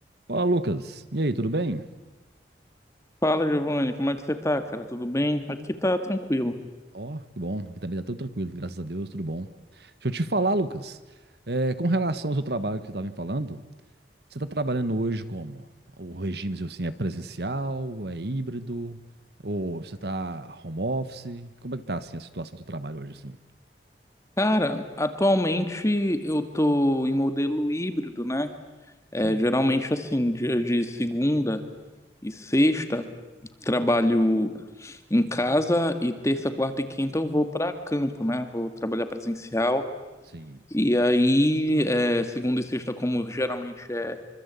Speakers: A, on the right (about 60°); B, on the left (about 15°).
A: Fala, Lucas. E aí, tudo bem?
B: Fala, Giovanni, como é que você tá, cara? Tudo bem? Aqui tá tranquilo.
A: Ó, que bom. Aqui também tá tudo tranquilo, graças a Deus, tudo bom. Deixa eu te falar, Lucas. é, com relação ao seu trabalho que você estava me falando, você está trabalhando hoje como? O regime, seu, assim, é presencial, é híbrido, ou você está home office? Como é que tá, assim, a situação do seu trabalho hoje, assim?
B: Cara, atualmente eu tô em modelo híbrido, né? É,
A: Sim,
B: geralmente assim, dia de segunda e sexta, trabalho em casa e terça, quarta e quinta eu vou pra campo, né? Vou trabalhar presencial.
A: sim.
B: E aí, é, segunda e sexta, como geralmente é